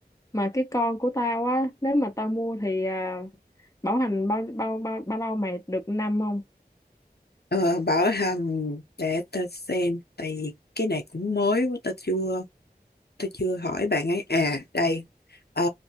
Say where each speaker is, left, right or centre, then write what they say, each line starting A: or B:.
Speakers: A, on the left; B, on the left.
A: mà cái con của tao á nếu mà tao mua thì à, bảo hành bao bao bao bao lâu mày được năm không
B: Ờ, bảo hành để tao xem tại vì cái này cũng mới quá tao chưa tao chưa hỏi bạn ấy à đây Ờ,